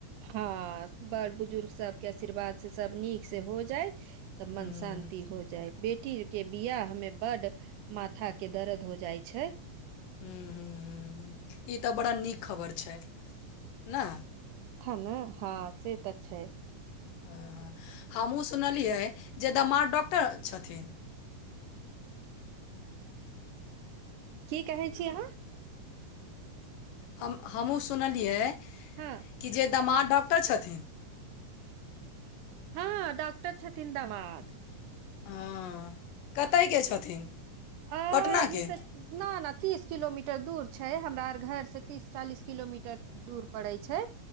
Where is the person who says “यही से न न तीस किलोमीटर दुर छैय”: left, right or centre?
Right